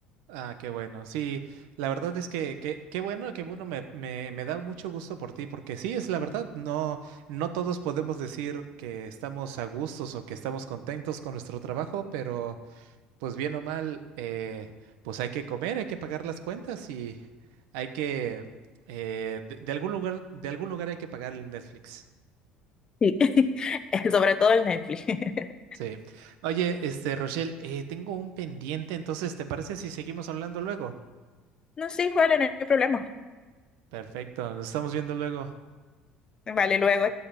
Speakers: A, on the right (about 80°); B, on the left (about 25°).
A: Ah, qué bueno. Sí, la verdad es que que- qué bueno, qué bueno, me, me, me da mucho gusto por ti, porque sí, es la verdad, no, no todos podemos decir que estamos a gustos o que estamos contentos con nuestro trabajo, pero pues bien o mal, eh, pues hay que comer, hay que pagar las cuentas y hay que, eh, de, de algún lugar, de algún lugar hay que pagar el Netflix.
B: Sí, <laughs> sobre todo el Netflix. <laughs>
A: Sí. Oye, este, Rochelle, eh, tengo un pendiente, entonces, ¿te parece si seguimos hablando luego?
B: No, sí, vale, no hay problema.
A: Perfecto, nos estamos viendo luego.
B: Vale, luego.